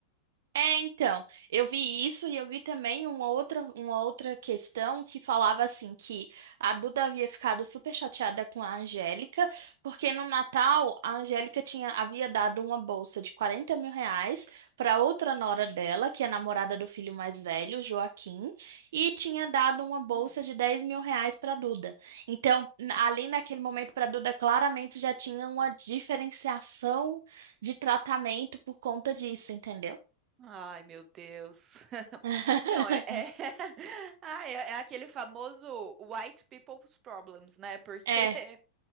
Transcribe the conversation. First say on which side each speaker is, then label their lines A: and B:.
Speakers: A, on the right; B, on the right.
A: É, então, eu vi isso e eu vi também uma outra, uma outra questão que falava assim que a Duda havia ficado super chateada com a Angélica, porque no Natal a Angélica tinha, havia dado uma bolsa de 40 mil reais para outra nora dela, que é namorada do filho mais velho, Joaquim, e tinha dado uma bolsa
B: Hum.
A: de 10 mil reais para Duda. Então, na- ali naquele momento para Duda claramente já tinha uma diferenciação de tratamento por conta disso, entendeu?
B: Ai, meu Deus. <laughs>
A: <laughs>
B: Não, é, é... <laughs> Ah, é, é aquele famoso white people's problems, né? Porque
A: É,
B: <laughs>